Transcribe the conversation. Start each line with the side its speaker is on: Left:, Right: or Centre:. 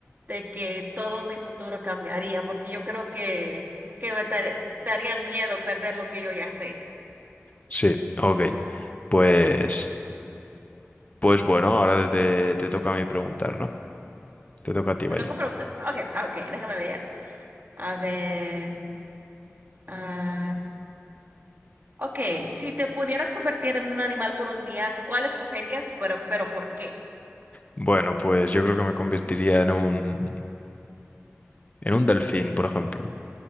Right: de que todo mi futuro cambiaría, porque yo creo que, que me dar- daría miedo perder lo que yo ya sé.
Left: Sí, ok. Pues, pues bueno, ahora te, te toca a mí preguntar, ¿no? Te toca a ti,
Right: Te
Left: vaya.
Right: tengo que preguntar, ok, ok, déjame ver. A ver, ah, ok, si te pudieras convertir en un animal por un día, ¿cuál escogerías y pero, pero por qué?
Left: Bueno, pues yo creo que me convertiría en un, en un delfín, por ejemplo.